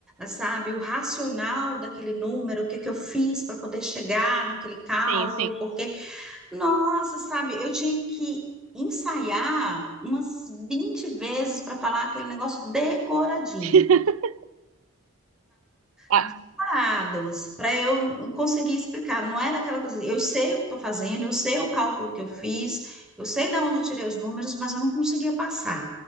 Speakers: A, in the centre; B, on the right.
A: sabe, o racional daquele número, o que que eu fiz para poder chegar naquele cálculo,
B: sim, sim.
A: porque nossa, sabe, eu tinha que ensaiar umas 20 vezes para falar aquele negócio decoradinho,
B: <laughs> Ah,
A: separados, para eu conseguir explicar. Não era aquela coisa, eu sei o que estou fazendo, eu sei o cálculo que eu fiz, eu sei de onde eu tirei os números, mas eu não conseguia passar,